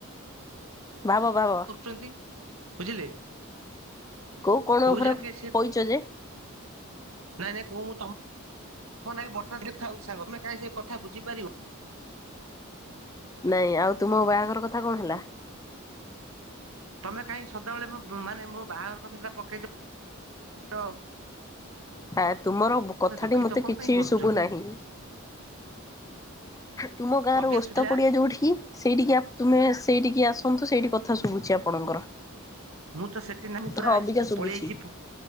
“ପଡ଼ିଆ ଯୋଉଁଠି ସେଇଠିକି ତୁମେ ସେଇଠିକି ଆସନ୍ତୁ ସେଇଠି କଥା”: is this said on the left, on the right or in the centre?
Left